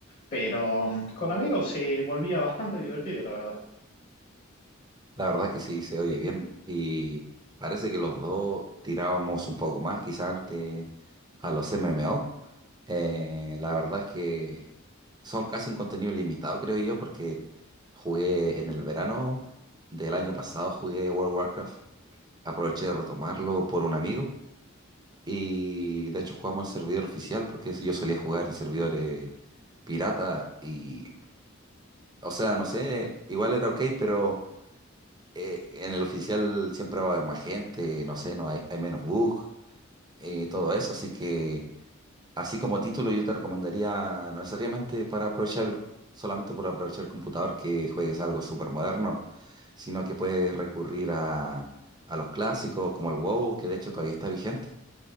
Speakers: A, on the left; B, on the right.
A: Pero um, con amigos se volvía bastante divertido, la verdad.
B: La verdad que sí, se oye bien. Y parece que los dos tirábamos un poco más, quizá antes a los MMO. Eh, la verdad es que son casi un contenido limitado, creo yo, porque jugué en el verano del año pasado, jugué World of Warcraft, aproveché de retomarlo por un amigo y de hecho jugamos en servidor oficial porque si yo solía jugar en servidores pirata y, o sea, no sé, igual era ok, pero eh, en el oficial siempre va a haber más gente, no sé, no hay, hay menos bugs, eh, todo eso, así que... Así como título, yo te recomendaría, no necesariamente para aprovechar, el- solamente por aprovechar el computador, que juegues algo súper moderno, sino que puedes recurrir a, a los clásicos como el WoW, que de hecho todavía está vigente.